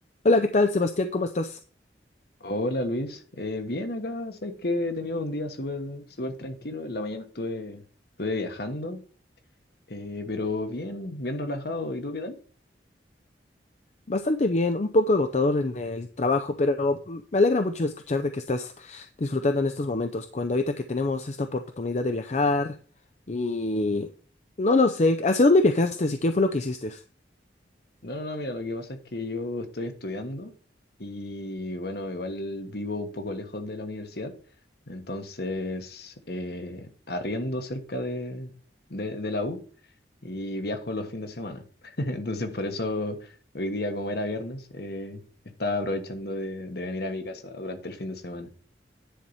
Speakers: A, on the left (about 40°); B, on the left (about 60°).
A: Hola, ¿qué tal, Sebastián? ¿Cómo estás?
B: Hola Luis, Eh, bien acá, sabes que he tenido un día súper súper tranquilo, en la mañana estuve, estuve viajando, eh, pero bien, bien relajado, ¿y tú qué tal?
A: Bastante bien, un poco agotador en el trabajo, pero mm, me alegra mucho escuchar de que estás disfrutando en estos momentos, cuando ahorita que tenemos esta oportunidad de viajar y no lo sé, ¿hacia dónde viajaste y qué fue lo que hiciste?
B: No, no, no, mira, lo que pasa es que yo estoy estudiando y bueno, igual vivo un poco lejos de la universidad, entonces eh, arriendo cerca de, de, de la U y viajo los fines de semana, <laughs> entonces por eso hoy día como era viernes, eh, estaba aprovechando de de venir a mi casa durante el fin de semana.